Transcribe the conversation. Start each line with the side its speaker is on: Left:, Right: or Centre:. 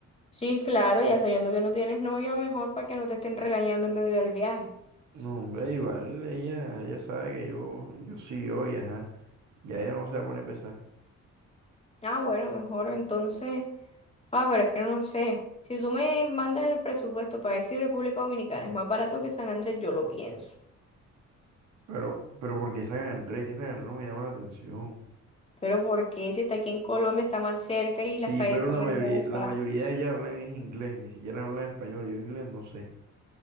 Left: sí, claro, ya sabiendo que no tienes novia, mejor para que no te estén regañando en medio del viaje.
Right: No, hombre, igual ella, ella sabe que yo, yo sí, hoy, ajá. Ya ya no se va a poner a pesar.
Left: Ah, bueno, mejor entonces. Ah, pero es que no sé. Si tú me mandas el presupuesto para decir República Dominicana es más barato que San Andrés, yo lo pienso.
Right: Pero, pero ¿por qué San Andrés? que San Andrés no me llama la atención.
Left: Pero ¿por qué? Si está aquí en Colombia, está más cerca y
Right: Sí,
Left: las playas
Right: pero
Left: son
Right: la mayoría,
Left: hermosas.
Right: la mayoría de ellas hablan es inglés, ni siquiera hablan español. y Yo inglés no sé.